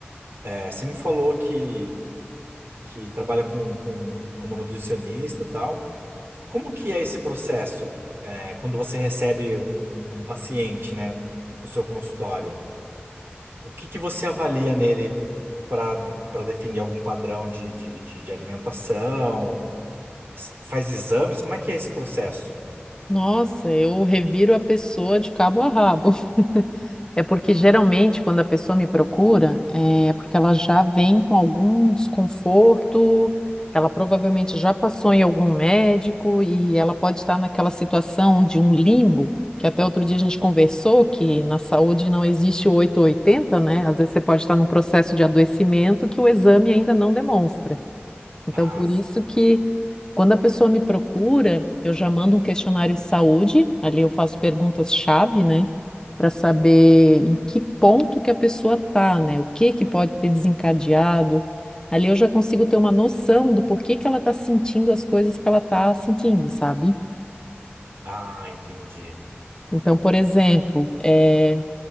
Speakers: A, on the right (about 65°); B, on the left (about 20°).
A: é, você me falou que, que trabalha com, com, como nutricionista e tal. Como que é esse processo, é, quando você recebe um, um paciente, né, no seu consultório? O que que você avalia nele para para definir algum padrão de, de, de de alimentação? S- Faz exames? Como é que é esse processo?
B: Nossa, eu reviro a pessoa de cabo a rabo. <laughs> É porque geralmente quando a pessoa me procura, é porque ela já vem com algum desconforto, ela provavelmente já passou em algum médico e ela pode estar naquela situação de um limbo, que até outro dia a gente conversou que na saúde não existe o oito ou oitenta, né? Às vezes você pode estar num processo de adoecimento que o exame ainda não demonstra. Então,
A: Ah,
B: por isso que quando a pessoa me procura, eu já mando um questionário de saúde, ali eu faço perguntas-chave, né, para saber em que ponto que a pessoa tá, né, o que que pode ter desencadeado. Ali eu já consigo ter uma noção do porquê que ela tá sentindo as coisas que ela tá sentindo, sabe?
A: Ah, entendi.
B: Então, por exemplo, eh,